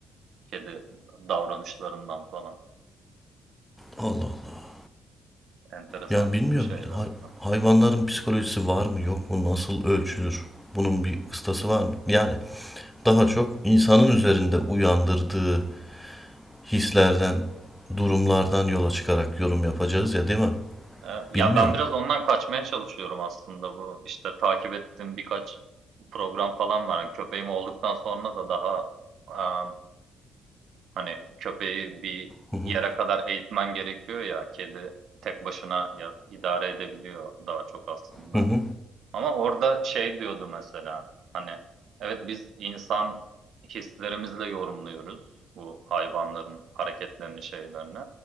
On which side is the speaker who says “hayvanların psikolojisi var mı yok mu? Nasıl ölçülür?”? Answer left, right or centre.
Centre